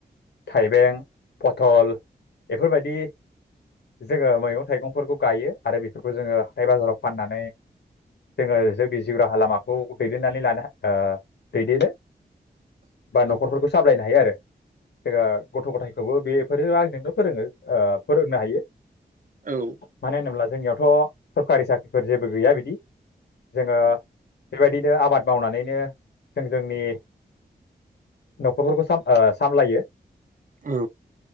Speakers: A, on the left (about 75°); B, on the right (about 50°).
A: थाइबें, पथल बेफोरबायदि जोङो मैगं थाइगंफोरखौ गायो आरो बेफोरखौ जोङो हाथाइ बाजाराव फाननानै जोङो जोंनि जिउ राहा लामाखौ दैदेननानै लानो हा ओ दैदेनो। बा नखरफोरखौ
B: औ
A: सामलायनो हायो आरो जोङो गथ गथाय खौबो बेफोरो आंजोंनो फोरोङो ओ फोरोंनो हायो
B: औ
A: मानो होनोब्ला जोंनियावथ सरखारि साख्रि फोर जेबो गैया बिदि जोङो बेबायदिनो आबाद मावनानैनो जों जोंनि नखरफोरखौ साम ओ सामलायो
B: औ